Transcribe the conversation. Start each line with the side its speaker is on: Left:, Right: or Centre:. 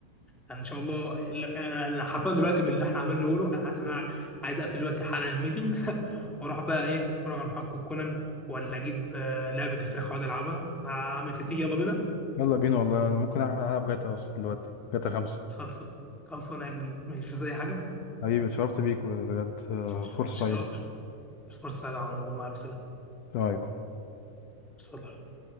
Centre: يعني ان شاء الله لا، انا أنا حرفيا دلوقتي من اللي احنا عمالين نقوله انا حاسس ان انا عايز اقفل دلوقتي حالا الميتنج <laughs> واروح بقى ايه اتفرج على محقق كونان ولا اجيب آه، لعبه الفراخ واقعد العبها انا عامل كده يلا بينا
Left: يلا بينا والله انا ممكن اروح العب جاتا اصلا دلوقتي جاتا خمسة
Centre: خلص خلصانه يا كبير ماشي زي حاجه
Left: حبيبي اتشرفت بيك بجد آه،
Centre: ش- ش-
Left: فرصه سعيده
Centre: ش- فرصه يا عمور مع السلامه
Left: السلام عليكم
Centre: صلى الله عليه وسلم.